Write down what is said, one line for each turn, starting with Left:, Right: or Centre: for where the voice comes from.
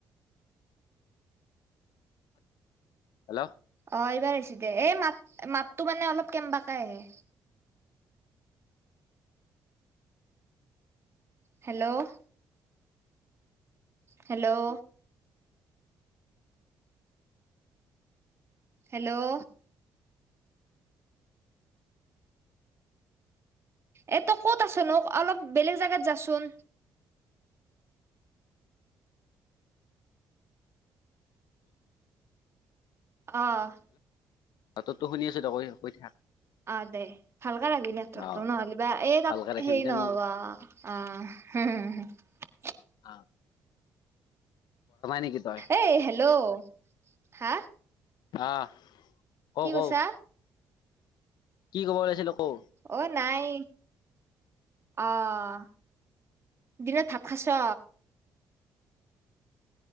Left: হেল্ল'
Right: অ এইবাৰ আহছ দে এই মাত মাতটো মানে অলপ কেনবাকে আহে হেল্ল' হেল্ল' হেল্ল' এইটো তই ক'ত আছনোক অলপ বেলেগ জেগাত যাচোন অঁ
Left: তাতত তো শুনি আছ ত কৈ কৈ থাক
Right: অ দে ভালকে লাগবি নেটৱৰ্কটো
Left: অ
Right: নহ'লেিবা এই
Left: ভালকে
Right: তাত
Left: ৰাখিবি
Right: হেৰি
Left: যেন
Right: নহবা অ হম হ
Left: অ নেকি তই
Right: এই এ হেল্ল' হা
Left: আহ ক
Right: কি
Left: কৌ
Right: কৈছা
Left: কি কব ওলাইছিল আকৌ
Right: অ নাই আহ দিনত ভাত খাইচ্ছা